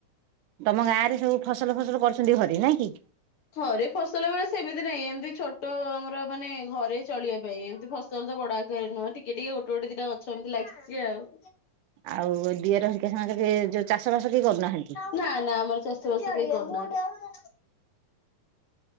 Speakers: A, on the right; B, on the left.
A: ତମ ଗାଁ ରେ ସବୁ ଫସଲ ଫସଲ କରୁଛନ୍ତି ଘରେ ନାଇଁ କି।
B: ଥରେ ଫସଲ ବେଳେ ସେମିତି ନାହିଁ ଏମିତି ଛୋଟ ଆମର ମାନେ ଘରେ ଚଳିବା ପାଇଁ ଏମିତି ଫସ ତମ ତ ବଡ ଆକାରରେ ନୁହଁ ଟିକେ ଟିକେ ଗୋଟେ ଗୋଟେ ଦିଟା ଗଛ ଏମିତି ଲାଗିଛି ଆଉ।
A: ଆଉ ଦିଅର ହେରିକା ସାଙ୍ଗଯେ ଯୋଉ ଚାଷ ବାସ କେହି କରୁନାହାନ୍ତି?
B: ନା ନା ଆମର ଚାଷ ବାସ କେହି କରୁନାହାଁନ୍ତି।